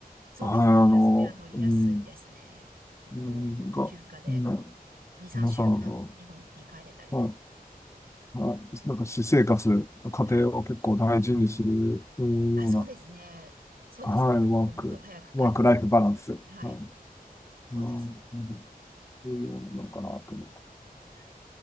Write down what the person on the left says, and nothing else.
はい、あの、
うん、
うん、なんか、
うん、
皆さんの、はい、はい、なんか私生活、家庭を結構大事にするような、
はい、ワーク、
ワークライフバランス、
はい、
うん、なんか重要なのかなと思って。